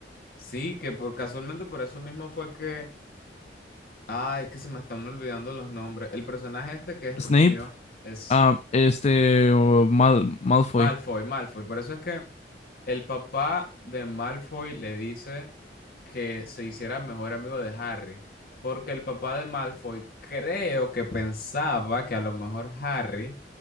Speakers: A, on the left; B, on the left.
A: sí, que por, casualmente por eso mismo fue que, ay, es que se me están olvidando los nombres, el personaje este que es rubio
B: Snape,
A: es
B: ah, este, o Mal, Malfoy.
A: Malfoy, Malfoy, por eso es que el papá de Malfoy le dice que se hiciera mejor amigo de Harry, porque el papá de Malfoy creo que pensaba que a lo mejor Harry